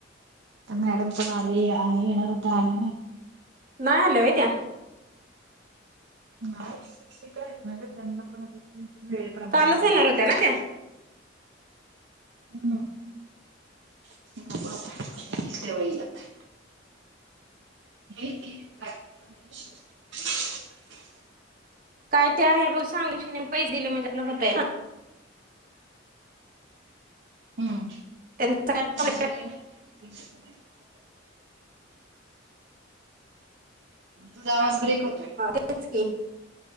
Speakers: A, on the right (about 65°); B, on the right (about 45°).
A: तर मॅडम पण आले आहे येणार होता आल्या नाही.
B: नाही आल्या व्हय त्या्?
A: नाही शिक्षिका <unintelligible> मगं त्यांना <unintelligible> वेळे प्रमाणे
B: कालच
A: बघणार.
B: येणार होत्या ना त्या
A: हम्म. ब येलतेव इल <unintelligible> <unintelligible> <unintelligible>
B: काय ते आहे बघ सांगूशने पैसे दिले मजकला होतय ना.
A: हम्म.
B: त्यांचा प्रॉब् <unintelligible>
A: ना <unintelligible> तूझा आवाज ब्रेक होतोय.
B: तेच की